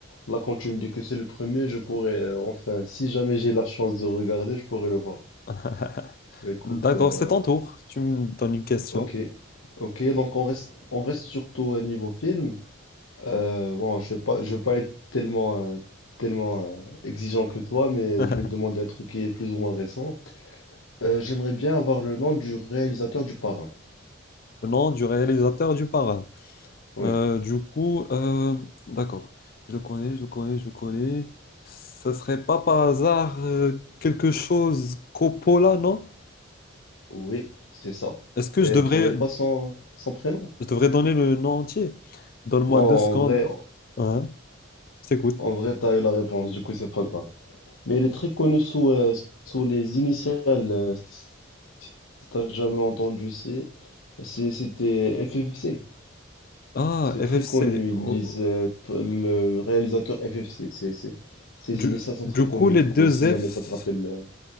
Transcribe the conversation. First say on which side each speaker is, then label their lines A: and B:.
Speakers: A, on the left; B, on the left.
A: là, quand tu me dis que c'est le premier, je pourrais, euh, enfin, si jamais j'ai la chance de regarder, je pourrais le voir.
B: <laughs>
A: Bah écoute,
B: D'accord,
A: euh,
B: c'est ton tour. Tu me donnes une question.
A: ok, ok. Donc on reste, on reste surtout au niveau film. Euh, bon, je vais pas, je vais pas être tellement, euh, tellement euh, exigeant que toi, mais
B: <laughs> Le
A: je vais te demander un truc qui est plus ou moins récent. Euh, j'aimerais bien avoir le nom du réalisateur du Parrain.
B: nom du réalisateur du Parrain.
A: Oui,
B: Euh, du coup, euh, d'accord. Je le connais, je le connais, je le connais. Ça serait pas par hasard euh, quelque chose Coppola, non?
A: oui, c'est ça.
B: Est-ce que
A: Et
B: je devrais,
A: t'aurais pas son, son prénom?
B: je devrais donner le nom entier? Donne-moi
A: Bon,
B: deux secondes.
A: en vrai,
B: Hein? Je t'écoute.
A: en vrai, t'as eu la réponse, du coup, c'est pas grave. Mais il est très connu sous, euh, sous les initiales. euh, Si t'as jamais entendu, c'est, c'est- c'était FFC.
B: Ah,
A: C'est
B: FFC.
A: très connu.
B: Oh,
A: Ils disent,
B: oh.
A: euh, t- le réalisateur FFC. C'est, c'est, ses
B: Du,
A: initiales sont
B: du
A: très connues.
B: coup, les
A: Du
B: deux
A: coup, si
B: F.
A: jamais ça te rappelle, euh,